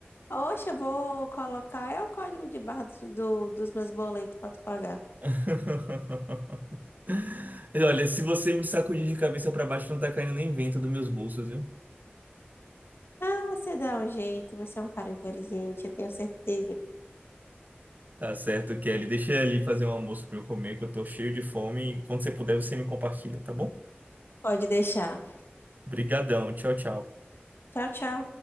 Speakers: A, on the left; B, on the right.
A: Oxe, eu vou colocar. É o código de barra dos, do- dos meus boletos pra tu pagar.
B: <laughs> E Olha, se você me sacudir de cabeça pra baixo, não tá caindo nem vento dos meus bolsos, viu?
A: Ah, você dá um jeito. Você é um cara inteligente, eu tenho certeza.
B: Tá certo, Kelly. Deixa eu ali fazer um almoço pra eu comer, que eu tô cheio de fome. E quando você puder, você me compartilha, tá bom?
A: Pode deixar.
B: Brigadão. Tchau, tchau.
A: Tchau, tchau.